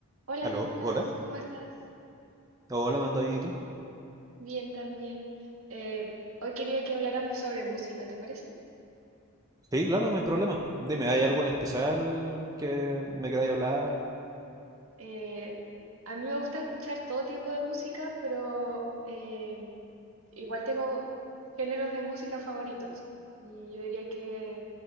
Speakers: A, on the right; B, on the right.
A: Hola
B: Aló,
A: Nicolás,
B: hola.
A: ¿cómo estás?
B: Hola, manda bien, ¿y tú?
A: Bien, también. Eh, hoy quería que habláramos sobre música, ¿te parece?
B: Sí, claro, no hay problema. Dime, ¿hay algo en especial que me queráis hablar?
A: Eh, a mí me gusta escuchar todo tipo de música, pero eh, igual tengo géneros de música favoritos. Y yo diría que